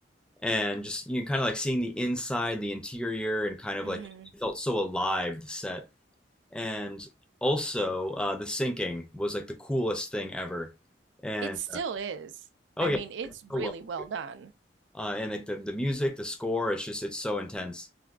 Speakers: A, in the centre; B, on the right (about 80°).
A: and just you know, kind of like seeing the inside, the interior, and kind of
B: hmm
A: like it felt so alive, the set. And also, uh, the sinking was like the coolest thing ever. And
B: It still is.
A: oh
B: I
A: yeah,
B: mean, it's
A: it's
B: really
A: so well.
B: well
A: done.
B: done.
A: Uh, and like the, the music, the score, it's just it's so intense.